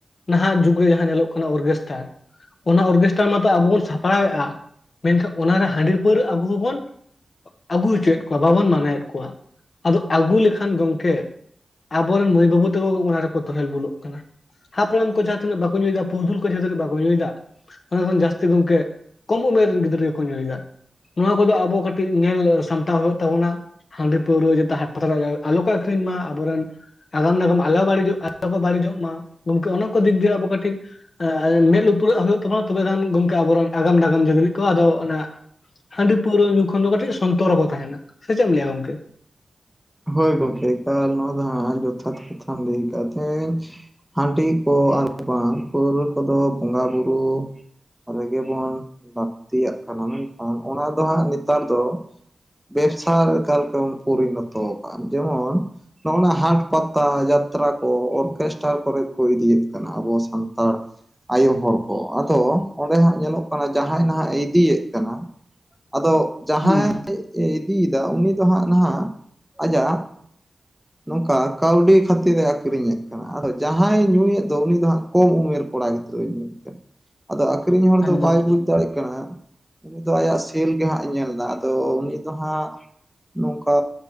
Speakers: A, on the left (about 60°); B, in the centre.
A: ᱱᱟᱦᱟᱜ ᱡᱩᱜᱽ ᱨᱮ ᱡᱟᱦᱟᱸ ᱧᱮᱞᱚᱜ ᱠᱟᱱᱟ ᱚᱨᱜᱮᱥᱴᱟᱨ ᱚᱱᱟ ᱚᱨᱜᱮᱥᱴᱟᱨ ᱢᱟᱛᱚ ᱟᱵᱚ ᱵᱚᱱ ᱥᱟᱯᱲᱟᱣ ᱮᱫᱼᱟ᱾ ᱢᱮᱱᱠᱷᱟᱱ ᱚᱱᱟᱨᱮ ᱦᱟᱺᱰᱤ ᱯᱟᱹᱣᱨᱟᱹ ᱟᱵᱩ ᱦᱚᱵᱚᱱ ᱟᱹᱜᱩ ᱦᱚᱪᱚᱭᱮᱫ ᱠᱚᱣᱟ᱾ ᱵᱟᱵᱚᱱ ᱢᱟᱱᱟᱣᱭᱮᱫ ᱠᱚᱣᱟ ᱟᱫᱚ ᱟᱹᱜᱩ ᱞᱮᱠᱷᱟᱱ ᱜᱚᱝᱠᱮ ᱟᱵᱚᱨᱮᱱ ᱢᱟᱹᱭ ᱵᱟᱹᱵᱩ ᱛᱟᱠᱚ ᱚᱱᱟ ᱨᱮᱠᱚ ᱛᱮᱦᱮᱞ ᱵᱩᱞᱩᱜ ᱠᱟᱱᱟ ᱦᱟᱯᱲᱟᱢ ᱠᱚ ᱡᱟᱦᱟᱸ ᱛᱤᱱᱟᱹᱜ ᱵᱟᱠᱚ ᱠᱚ ᱧᱩᱭ ᱫᱟ ᱯᱩᱨᱫᱷᱩᱞ ᱠᱚ ᱡᱟᱦᱟᱸ ᱛᱱᱟᱹᱜ ᱵᱟ ᱧᱩᱭᱫᱟ ᱚᱱᱟ ᱠᱷᱚᱱ ᱡᱟᱹᱥᱛᱤ ᱜᱚᱝᱠᱮ ᱠᱚᱢ ᱩᱢᱮᱨ ᱨᱮᱱ ᱜᱤ ᱨᱟᱹ ᱠᱚ ᱧᱩᱭᱫᱟ ᱱᱚᱣᱟ ᱠᱚᱫᱚ ᱟᱵᱚ ᱠᱟᱹᱴᱤᱡ ᱧᱮᱞ ᱥᱟᱢᱴᱟᱣ ᱦᱩᱭᱩᱜ ᱛᱟᱵᱚᱱᱟ ᱦᱟᱺᱰᱤ ᱯᱟᱹᱣᱨᱟᱹ ᱡᱟᱛᱮ ᱦᱟᱴ ᱯᱟᱛᱟ ᱟᱞᱚ ᱠᱚ ᱟᱹᱷᱨᱤᱧ ᱢᱟ ᱟᱵᱚᱨᱮᱱ ᱟᱜᱟᱢ ᱱᱟᱜᱟᱢ ᱟᱞᱚ ᱵᱟᱹᱲᱤᱡᱚᱜ ᱟᱞᱚ ᱠᱚ ᱵᱟᱹᱲᱤᱡᱚᱜ ᱢᱟ ᱚᱱᱟ ᱠᱚ ᱫᱤᱠ ᱫᱤᱭᱮ ᱟᱵᱚ ᱠᱟᱹᱴᱤᱠ ᱢᱮᱫ ᱞᱩᱛᱩᱨᱟᱜ ᱦᱩᱭᱩᱜ ᱛᱟᱢᱟ ᱛᱚᱵᱮ ᱱᱟᱜ ᱜᱚᱝᱠᱮ ᱟᱵᱚᱨᱮᱱ ᱟᱜᱟᱢ ᱱᱟᱜᱟᱢ ᱡᱩᱫᱤ ᱛᱚ ᱟᱫᱚ ᱚᱱᱟ ᱦᱟᱺᱰᱤ ᱯᱟᱹᱣᱨᱟᱹ ᱧᱩ ᱠᱷᱚᱱ ᱫᱚ ᱠᱟᱹᱴᱤᱡ ᱥᱚᱱᱛᱚᱨ ᱦᱚᱸᱠᱚ ᱛᱟᱦᱮᱱᱟ ᱥᱮ ᱪᱮᱫ ᱮᱢ ᱞᱟᱹᱭᱟ ᱜᱚᱝᱠᱮ
B: ᱦᱳᱭ ᱜᱚᱝᱠᱮ ᱮᱠᱟᱞ ᱱᱚᱣᱟ ᱫᱚ ᱦᱟᱜ ᱡᱚᱛᱷᱟᱛ ᱠᱟᱛᱷᱟᱢ ᱞᱟᱹᱭ ᱟᱠᱟᱫ ᱛᱮᱦᱮᱸᱧ ᱦᱟᱺᱰᱤ ᱠᱚ ᱟᱨ ᱵᱟᱝ ᱯᱟᱹᱣᱨᱟᱹ ᱠᱚᱫᱚ ᱵᱚᱸᱜᱟ ᱵᱩᱨᱩ ᱨᱮᱜᱮ ᱵᱚᱱ ᱞᱟᱹᱠᱛᱤᱭᱟᱜ ᱠᱟᱱᱟ ᱢᱮᱱᱠᱷᱟᱱ ᱚᱱᱟ ᱫᱚ ᱦᱟᱸᱜ ᱱᱮᱛᱟᱨ ᱫᱚ ᱵᱮᱵᱥᱟ ᱞᱮᱠᱟᱞᱮᱠᱟ ᱵᱚᱱ ᱯᱚᱨᱤᱱᱚᱛᱚ ᱟᱠᱟᱜᱼᱟ ᱡᱮᱢᱚᱱ ᱱᱚᱜᱱᱟ ᱦᱟᱴ ᱯᱟᱛᱟ ᱡᱟᱛᱨᱟ ᱠᱚ ᱚᱨᱠᱮᱥᱴᱨᱟ ᱠᱚᱨᱮᱫ ᱠᱚ ᱤᱫᱤᱭᱮᱫ ᱠᱟᱱᱟ ᱟᱵᱚ ᱥᱟᱱᱛᱟᱲ ᱟᱭᱳ ᱦᱚᱲ ᱠᱚ ᱟᱫᱚ ᱚᱸᱰᱮ ᱦᱟᱸᱜ ᱧᱮᱞᱚᱜ ᱠᱟᱱᱟ ᱡᱟᱦᱟᱸᱭ ᱱᱟᱦᱟᱜ ᱤᱫᱤᱭᱮᱫ ᱠᱟᱱᱟ ᱟᱫᱚ ᱡᱟᱦᱟᱸᱭ
A: ᱦᱩᱸ
B: ᱤᱫᱤᱭᱮᱫᱟ ᱩᱱᱤ ᱫᱚ ᱦᱟᱸᱜ ᱱᱟᱦᱟᱜ ᱟᱡᱟᱜ ᱚᱝᱠᱟ ᱠᱟᱹᱣᱰᱤ ᱠᱷᱟᱹᱛᱤᱨ ᱮ ᱟᱠᱷᱨᱤᱧᱮᱫ ᱠᱟᱱᱟ ᱟᱫᱚ ᱡᱟᱦᱟᱸᱭ ᱧᱩᱭᱮᱫ ᱫᱚ ᱩᱱᱤ ᱫᱚ ᱦᱟᱸᱜ ᱠᱚᱢ ᱩᱢᱮᱨ ᱠᱚ ᱠᱚᱲᱟ ᱜᱤᱫᱽᱨᱟᱹ ᱧᱩ ᱠᱟᱱᱟ ᱟᱫᱚ ᱟᱠᱷᱨᱤᱧ ᱦᱚᱲ
A: ᱮᱠᱫᱚᱢ
B: ᱫᱚ ᱵᱟᱭ
A: ᱮᱠᱫᱚᱢ
B: ᱵᱩᱡᱽ ᱫᱟᱲᱮᱜ ᱠᱟᱱᱟ ᱩᱱᱤ ᱫᱚ ᱟᱭᱟᱜ ᱥᱮᱞ ᱜᱮ ᱦᱟᱜ ᱮ ᱧᱮᱞ ᱫᱟ ᱟᱫᱚ ᱩᱱᱤ ᱫᱚ ᱦᱟᱸᱜ ᱱᱚᱝᱠᱟ